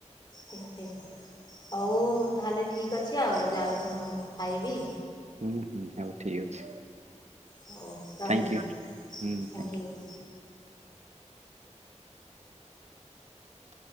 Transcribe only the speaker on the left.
ଠିକ୍ ଠିକ୍। ହଉ ତାହେଲେ ଠିକ ଅଛି ଆଉ ଯାଉଚି ମୁଁ ଖାଇବି।
ହଉ ରହିଲି
ଥ୍ୟାଙ୍କ
U